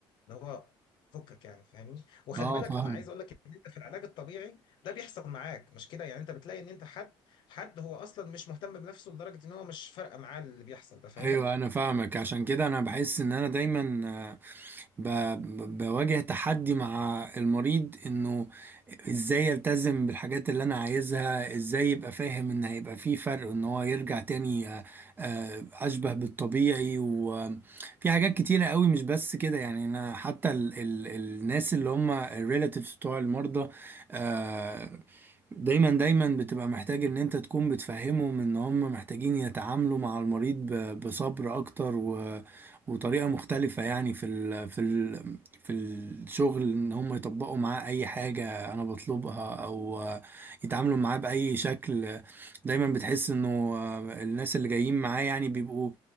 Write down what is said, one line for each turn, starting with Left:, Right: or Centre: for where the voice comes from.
Left: ان هو فكك يعني فاهمني وخلي
Right: اه
Left: بالك
Right: فاهم
Left: انا عايز اقول لك ان انت في العلاج الطبيعي ده بيحصل معاك مش كده يعني انت بتلاقي ان انت حد حد هو اصلا مش مهتم بنفسه لدرجه ان هو مش فارقه معاه اللي بيحصل ده فاهمني
Right: ايوه انا فاهمك عشان كده انا بحس ان انا دايما آه، ب... ب- بواجه تحدي مع المريض انه ازاي يلتزم بالحاجات اللي انا عايزها ازاي يبقى فاهم ان هيبقى في فرق ان هو يرجع تاني آه، آه، اشبه بالطبيعي وفي حاجات كتيرة قوي مش بس كده يعني انا حتى ال... ال... الناس اللي هم الريلاتيفز بتوع المرضى آه، دايما دايما بتبقى محتاج ان انت تكون بتفهمهم ان هم محتاجين يتعاملوا مع المريض ب- بصبر اكتر و... وطريقة مختلفة يعني في ال... في ال... في الشغل ان هم يطبقوا معاه اي حاجة انا بطلبها او يتعاملوا معاه بأي شكل دايما بتحس انه الناس اللي جايين معاه يعني بيبقوا